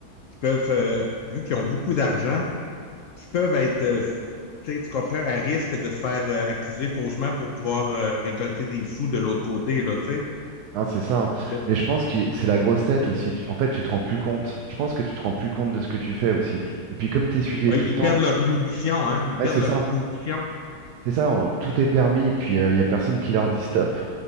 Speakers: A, on the left (about 65°); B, on the right (about 80°).
A: qui peuvent, euh, vu qu'ils ont beaucoup d'argent, qui peuvent être, euh, tu sais, tu comprends, à risque de se faire euh, accuser faussement pour pouvoir euh, récolter des sous de l'autre côté, là, tu sais.
B: Hein, c'est ça, hein.
A: Je-
B: Mais je pense que c'est la grosse tête aussi. Tu- En fait, tu te rends plus compte. Je pense que tu te rends plus compte de ce que tu fais aussi. Et puis comme tu es suivi
A: ouais,
B: tout
A: Ils
B: le temps,
A: perdent leur inhibition, hein? Ils
B: ouais,
A: perdent
B: c'est
A: leur
B: ça.
A: inhibition.
B: C'est ça, on- tout est permis. Et puis il n'y a personne qui leur dit stop.